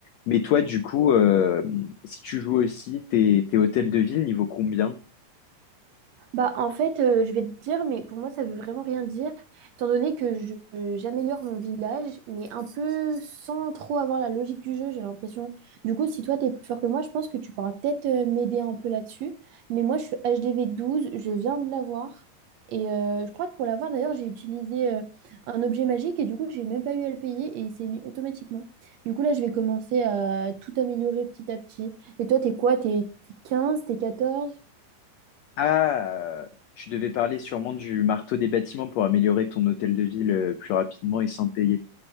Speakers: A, on the left (about 80°); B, on the right (about 70°).
A: Mais toi, du coup, euh, si tu joues aussi, tes, tes hôtels de ville, niveau combien?
B: Bah, en fait, euh, je vais te dire, mais pour moi, ça veut vraiment rien dire, étant donné que je- j'améliore mon village, mais un peu sans trop avoir la logique du jeu, j'ai l'impression. Du coup, si toi, t'es plus fort que moi, je pense que tu pourras peut-être euh, m'aider un peu là-dessus. Mais moi, je suis HDV 12, je viens de l'avoir. Et euh, je crois que pour l'avoir, d'ailleurs, j'ai utilisé euh, un objet magique et du coup, j'ai même pas eu à le payer et il s'est mis automatiquement. Du coup, là, je vais commencer à tout améliorer petit à petit. Et toi, t'es quoi? T'es t'es 15, t'es quatorze
A: Ah, tu devais parler sûrement du marteau des bâtiments pour améliorer ton hôtel de ville euh, plus rapidement et sans payer.